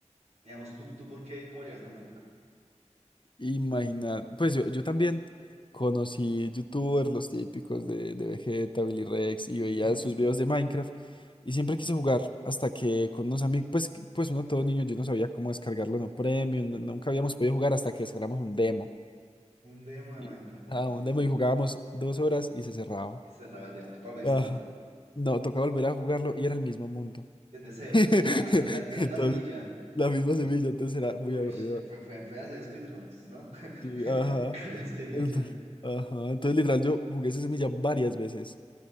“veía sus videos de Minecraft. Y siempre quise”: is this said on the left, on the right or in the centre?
Left